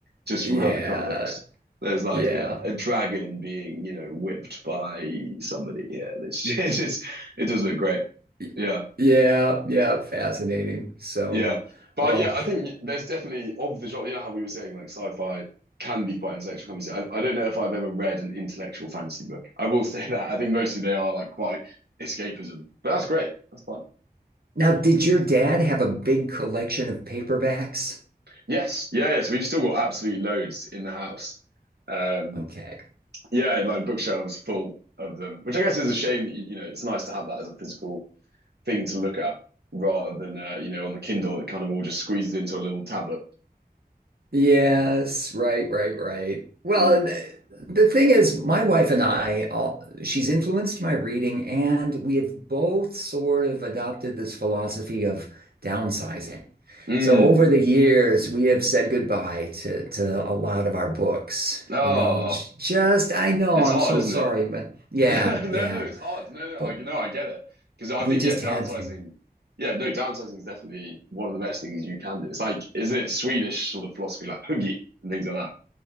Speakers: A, on the right; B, on the right.
A: just
B: Yeah,
A: from how the cover looks. There's like
B: yeah.
A: a, a dragon being, you know, whipped by somebody here. <laughs> It's just, it's just it does look great.
B: Y-
A: Yeah.
B: Yeah, yeah, fascinating. So,
A: Yeah. But
B: oh,
A: yeah, I think there's definitely of the genre, you know how we were saying like sci-fi can be quite intellectual fantasy. I, I don't know if I've ever read an intellectual fantasy book. I will <laughs> say that. I think mostly they are like quite escapism. But that's great. That's fun.
B: now did your dad have a big collection of paperbacks?
A: Yes, yeah, yeah. So We've still got absolute loads in the house. Um,
B: Okay.
A: yeah, like bookshelves full of them, which I guess is a shame. You, you know, it's nice to have that as a physical thing to look at rather than uh, you know on the Kindle. It kind of all just squeezes into a little tablet.
B: Yes, right, right, right. Well,
A: Mm.
B: and eh, the thing is, my wife and I, all, she's influenced my reading, and we have both sort of adopted this philosophy of downsizing.
A: Mm.
B: So over the years, we have said goodbye to to a lot of our books.
A: Oh,
B: You know, j- just I know
A: it's
B: I'm
A: hard,
B: so
A: isn't
B: sorry,
A: it?
B: but yeah,
A: <laughs> No,
B: yeah,
A: no, it's hard. No, no,
B: but
A: I no, I get it because I
B: we
A: think
B: just
A: yeah, downsizing.
B: had to.
A: Yeah, no, downsizing is definitely one of the best things you can do. It's like, isn't it Swedish sort of philosophy, like huggy and things like that?